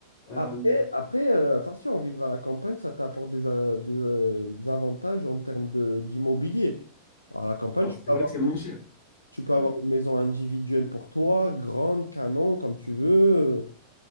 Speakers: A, on the left; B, on the left.
A: Euh,
B: Après, après euh, attention, vivre à la campagne, ça t'apporte des, a- des, euh, des avantages en termes de, d'immobilier. À la campagne,
A: ouais,
B: tu peux
A: c'est vrai
B: avoir,
A: que c'est moins
B: une-
A: cher.
B: tu peux avoir
A: Ouais.
B: une maison individuelle pour toi, grande, canon, comme tu veux,